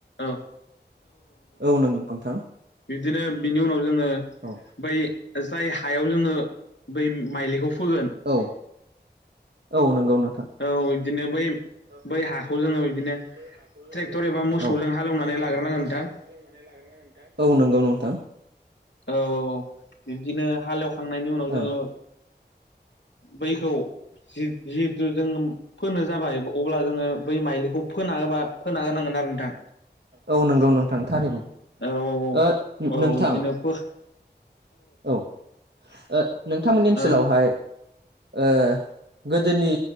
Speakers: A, on the left; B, on the right.
A: औ
B: औ नोंगौ नोंथां
A: बिदिनो बिनि उनाव जोङो
B: औ
A: बै जाय हायाव जोङो बै माइलिगाव फोगोन
B: औ औ नोंगौ नोंगौ
A: औ बिदिनो बै
B: औ बिदिनो
A: हाखौ
B: बै
A: जोङो बिदिनो
B: बै हाखौ जोङो
A: ट्रेक्टर
B: बिदिनो
A: एबा मोसौजों
B: औ
A: हालेवनानै
B: ट्रेक्टर
A: लाग्रोनांगोन
B: एबा मोसौजों
A: नोंथां
B: हालौनानै लाग्रोनो नोंथां औ नंगौ नोंथां
A: औ औ औ बिब्दिनो हालेवखांनायनि उनाव
B: औ
A: जोङो बैखौ जि जि जों फोनो जाबाय अब्ला जोङो बै माइलिखौ फोना होबा फोना होनांगोन आरो नोंथां
B: औ नंगौ नोंथां थारैनो
A: औ औ
B: ओ
A: औ
B: नोंथां
A: औ बिदिनो फो औ
B: औ ओ नोंथांमोननि ओनसोलावहाय
A: औ
B: ओ गोदोनि